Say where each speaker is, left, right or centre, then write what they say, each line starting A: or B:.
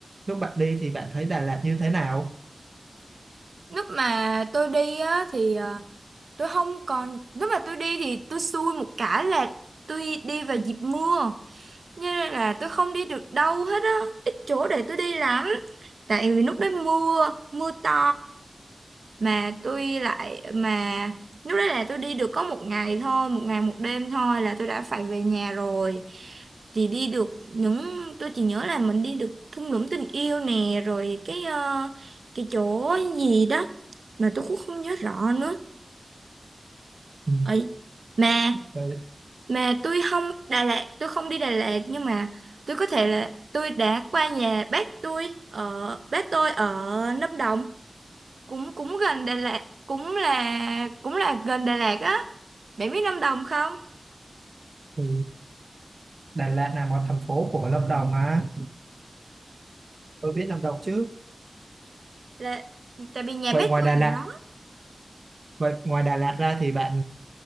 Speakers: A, on the right; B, on the right.
A: lúc bạn đi thì bạn thấy Đà Lạt như thế nào
B: lúc mà tôi đi á thì à, tôi không còn lúc mà tôi đi thì tôi xui một cái là tôi đi vào dịp mưa cho nên là tôi không đi được đâu hết á ít chỗ để tôi đi lắm tại vì lúc đấy mưa mưa to mà tôi lại mà lúc đấy là tôi đi được có một ngày thôi một ngày một đêm thôi là tôi đã phải về nhà rồi thì đi được những tôi chỉ nhớ là mình đi được thung lũng tình yêu nè rồi cái ờ, cái chỗ gì đó mà tôi cũng không nhớ rõ nữa
A: ừ.
B: ấy mà
A: Đấy,
B: mà tôi không Đà Lạt tôi không đi Đà Lạt nhưng mà tôi có thể là tôi đã qua nhà bác tôi ở bác tôi ở Lâm Đồng cũng cũng gần Đà Lạt cũng là cũng là gần Đà Lạt á bạn biết Lâm Đồng không
A: thì Đà Lạt nằm ở thành phố của Lâm Đồng mà tôi biết Lâm Đồng chứ
B: là tại vì nhà
A: vậy
B: bác
A: ngoài
B: tôi
A: Đà
B: ở
A: Lạt
B: đó
A: vậy ngoài Đà Lạt ra thì bạn